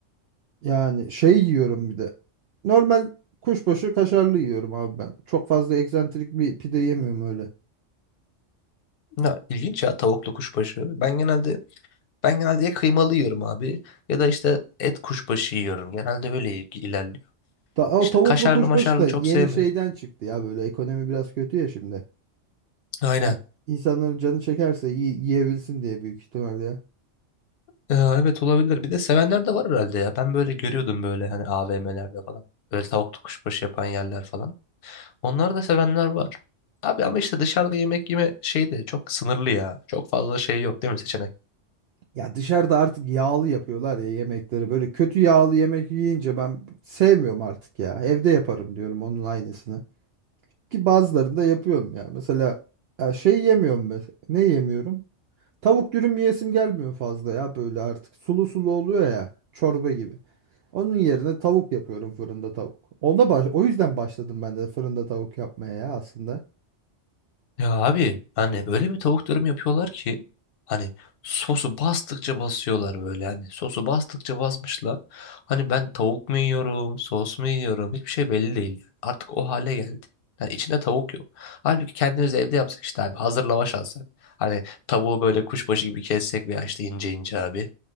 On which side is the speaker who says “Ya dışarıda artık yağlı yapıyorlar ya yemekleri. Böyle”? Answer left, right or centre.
Right